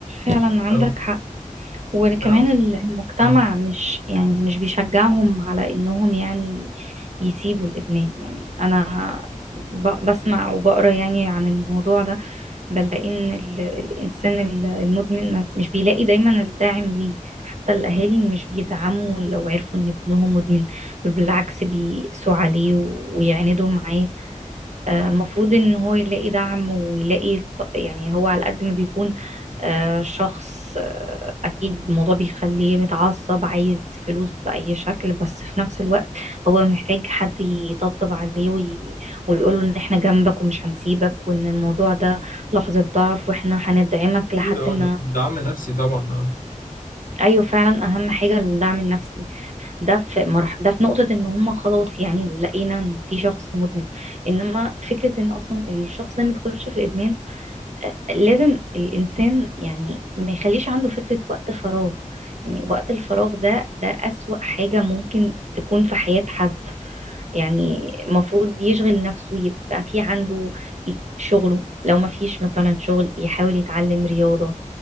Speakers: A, on the right; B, on the left.
A: فعلا عندك
B: اه
A: حق وكمان
B: فانا أص...
A: ال- المجتمع
B: اه
A: مش يعني مش بيشجعهم على انهم يعني يسيبوا الإدمان يعني أنا ب- بسمع وبقرا يعني عن الموضوع ده بلاقي إن ال- الإنسان ال- المدمن ما- مش بيلاقي دايما الداعم ليه حتى الأهالي مش بيدعموا لو عرفوا إن ابنهم مدمن بل بالعكس بيقسوا عليه ويعاندوا معاه المفروض ان هو يلاقي دعم ويلاقي ط- يعني هو على قد ما بيكون آه، شخص آه، اكيد الموضوع بيخليه متعصب عايز فلوس باي شكل بس في نفس الوقت هو محتاج حد يطبطب عليه وي... ويقول له ان احنا جنبك ومش هنسيبك وان الموضوع ده لحظة ضعف واحنا هندعمك
B: اكيد
A: لحد
B: اه
A: ما
B: د- دعم نفسي طبعا اه
A: ايوه فعلا اهم حاجة الدعم النفسي ده في مرح... ده في نقطة ان هم خلاص يعني لقينا ان في شخص مدمن انما فكرة ان اصلا الشخص ده ما يدخلش في الادمان آه، لازم الانسان يعني ما يخليش عنده فكرة وقت فراغ يعني وقت الفراغ ده ده اسوأ حاجة ممكن تكون في حياة حد يعني المفروض يشغل نفسه يبقى في عنده شغله لو ما فيش مثلا شغل يحاول يتعلم رياضة